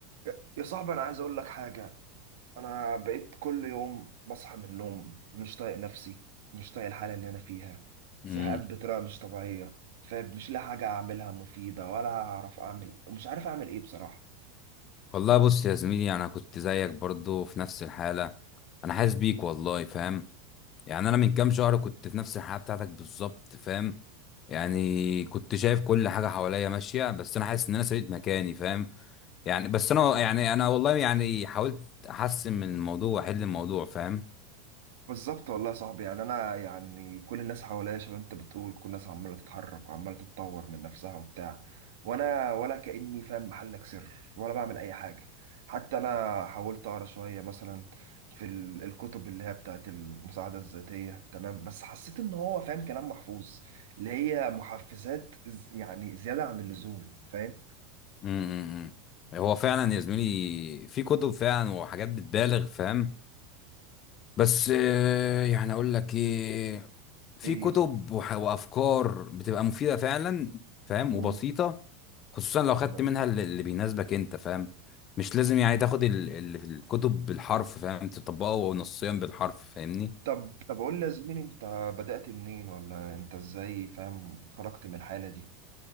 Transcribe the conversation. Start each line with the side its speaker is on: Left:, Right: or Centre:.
Right: يا يا صاحبي انا عايز اقول لك حاجه انا بقيت كل يوم بصحى من النوم مش طايق نفسي مش طايق الحاله اللي انا فيها زهقان
Left: امم
Right: بطريقه مش طبيعيه فمش لاقي حاجه اعملها مفيده ولا اعرف اعمل مش عارف اعمل ايه بصراحه
Left: والله بص يا زميلي يعني انا كنت زيك برضو في نفس الحاله انا حاسس بيك والله فاهم يعني انا من كام شهر كنت في نفس الحاله بتاعتك بالظبط فاهم يعني كنت شايف كل حاجه حواليا ماشيه بس انا حاسس ان انا سبيت مكاني فاهم يعني بس انا يعني انا والله يعني حاولت احسن من الموضوع واحل الموضوع فاهم
Right: بالظبط والله يا صاحبي يعني انا يعني كل الناس حواليا شباب انت بتقول كل الناس عماله تتحرك وعماله تتطور من نفسها وبتاع وانا ولا كاني فاهم محلك سر ولا بعمل اي حاجه حتى انا حاولت اقرا شويه مثلا في ال- الكتب اللي هي بتاعت المساعده الذاتيه تمام بس حسيت ان هو فاهم كلام محفوظ اللي هي محفزات ز- يعني زياده عن اللزوم فاهم
Left: امم هو فعلا يا زميلي في كتب فعلا وحاجات بتبالغ فاهم بس آه، يعني اقول لك ايه في
Right: ايه
Left: كتب
Right: يا صاحبي
Left: وح- وافكار بتبقى مفيده فعلا فاهم
Right: امم
Left: وبسيطه خصوصا لو خدت
Right: تمام
Left: منها اللي اللي بيناسبك انت فاهم مش لازم يعني تاخد ال- اللي في الكتب بالحرف فاهم تطبقه نصيا بالحرف فاهمني
Right: طب طب قول لي يا زميلي انت بدأت منين ولا انت ازاي فاهم خرجت من الحالة دي